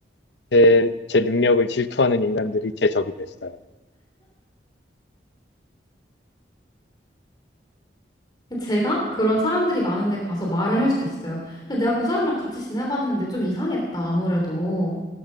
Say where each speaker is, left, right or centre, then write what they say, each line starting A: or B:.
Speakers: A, on the left; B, on the left.
A: 제, 제 능력을 질투하는 인간들이 제 적이 됐어요.
B: 제가 그런
A: 아,
B: 사람들이 많은데 가서 말을 할 수 있어요. 근데 내가 그 사람이랑 같이 지내봤는데 좀 이상했다, 아무래도.